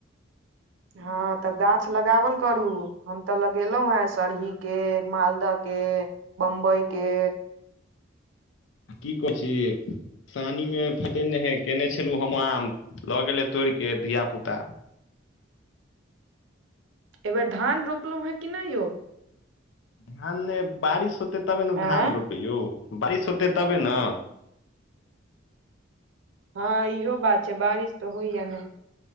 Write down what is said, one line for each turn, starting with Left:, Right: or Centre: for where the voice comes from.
Right: हँ तऽ गाछ लगावल करू हम तऽ लगेलहुं हें सरही के मालदह के बम्बई के
Left: की कही छी सानीमे फदे नहि हय केने छलहुँ हम आम लऽ गेलै तोड़िके धिया पुता
Right: एहि बेेर धान रोपलहुँ हैं कि नै यौ
Left: धान नहि बारिश होतै तबे न
Right: आँय
Left: धान रोपबै यौ बारिश होतै तबे नऽ
Right: हँ इहो बात छै बारिश तऽ होइया ने